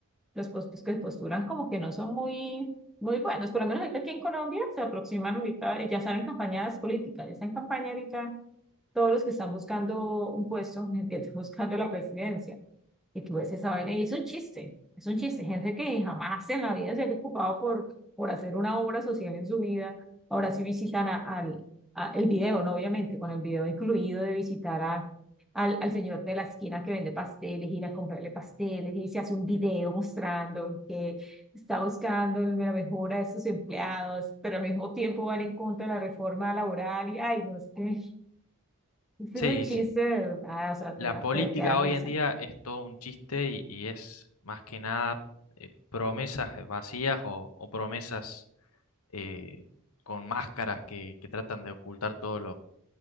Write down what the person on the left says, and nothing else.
Sí,
sí.
La
política
hoy en día es todo un chiste y, y es más que nada eh, promesas eh, vacías o, o promesas eh, con máscaras que, que tratan de ocultar todas